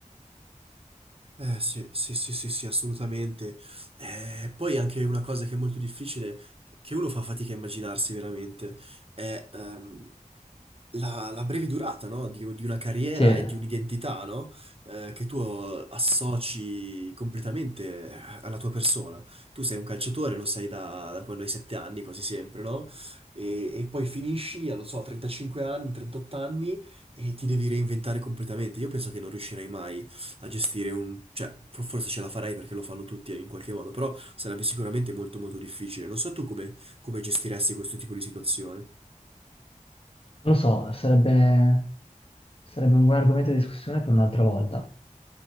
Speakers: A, on the right (about 45°); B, on the left (about 45°).
A: Eh sì, sì, sì, sì, sì, assolutamente. Eh, poi anche una cosa che è molto difficile, che uno fa fatica a immaginarsi veramente, è ehm, la, la breve durata, no? Di, di una carriera
B: Sì, non
A: e di un'identità, no? Eh, che tu associ completamente eh, alla tua persona. Tu sei un calciatore, lo sei da, da quando hai sette anni, quasi sempre, no? E, e poi finisci, a, non so, a 35 anni, 38 anni e ti devi reinventare completamente. Io penso che non riuscirei mai a gestire un... cioè, for- forse ce la farei perché lo fanno tutti in qualche modo, però sarebbe sicuramente molto molto difficile. Non so tu come, come gestiresti questo tipo di situazione.
B: lo so, sarebbe, sarebbe un buon argomento di discussione per un'altra volta.